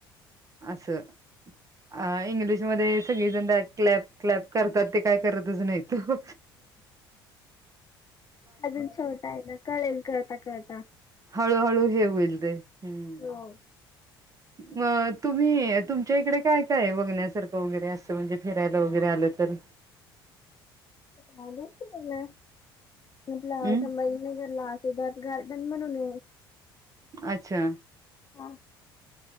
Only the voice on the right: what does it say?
असं अ इंग्लिशमध्ये सगळीजण क्लॅप क्लॅप करतात ते काय करतच नाहीत त
हळूहळू हे होईल ते हम्
अ तुम्ही तुमच्या इकडे काय काय बघण्यासारखं वगैरे असतं म्हणजे फिरायला वगैरे आलं तर
हम्म
अच्छा